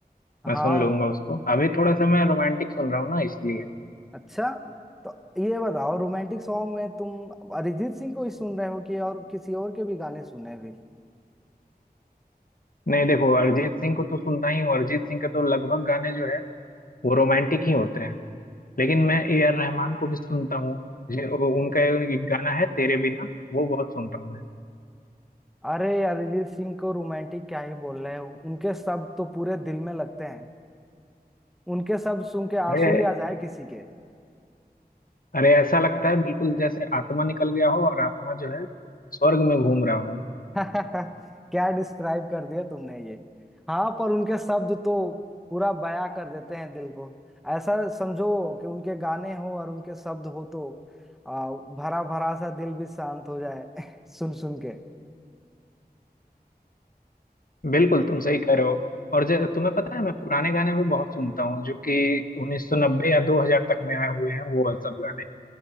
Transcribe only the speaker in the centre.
हाँ
अच्छा तो ये बताओ रोमांटिक सॉन्ग में तुम अरिजीत सिंह को ही सुन रहे हो कि और किसी और के भी गाने सुने भी
अरे अरिजीत सिंह को रोमांटिक क्या ही बोल रहे हो उनके शब्द तो पूरे दिल में लगते हैं उनके शब्द सुन के
आंसू ही आ जाए किसी के
<laughs> क्या डिस्क्राइब कर दिया तुमने ये हाँ पर उनके शब्द तो पूरा बयां कर देते हैं दिल को ऐसा समझो कि उनके गाने हो और उनके शब्द हो तो आ, भरा भरा सा दिल भी शांत हो जाए <laughs> सुन सुन के